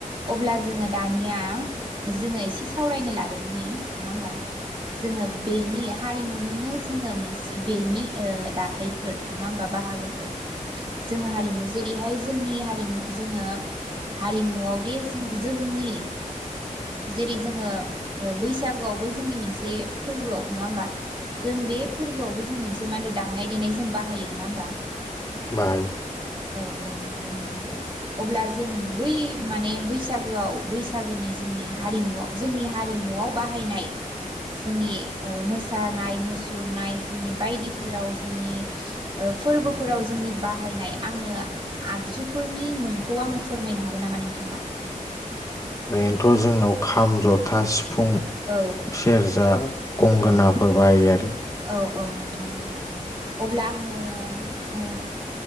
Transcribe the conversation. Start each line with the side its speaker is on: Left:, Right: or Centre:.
Right: अब्ला जोङो दानिया जोङो एसे सावरायनो लादोंनि नङा होमबा जोङो बेनि हारिमुनिनो जोङो मोनसे बेनि ओ दाथायफोर नङा होमबा बाहागोफोर जोङो हारिमु जेरैहाय जोंनि हारिमु जोङो हारिमुआव दे जों जोंनि जेरै जोङो बैसागोआवबो जोंनि मोनसे फोरबोआव नङा होमबा जों बे फोरबोआवबो जों मोनसे मा होनो दामनाय देनाय जों बाहायो नोङा होमबा?
Left: बाहायो
Right: औ औ नंगौ नोंथां अब्ला जों बै माने बैसागोआव बैसागोनि जोंनि हारिमुआव जोंनि हारिमुआव बाहायनाय जोंनि मोसानाय ओ मुसुरनाय जोंनि बायदिफोराव जोंनि फोरबोफोराव जोंनि बाहायनाय आंनो आगजुफोरनि मुंखौ आंनो फोरमायनो हागोन नामा नोंथाङा?
Left: ओरैनोथ' जोंनाव खाम, जथा, सि फुं,
Right: औ
Left: सेरजा, गंगोनाफोर
Right: औ
Left: बाहायो आरो।
Right: औ औ नोंथां नंगौ अब्ला आंनो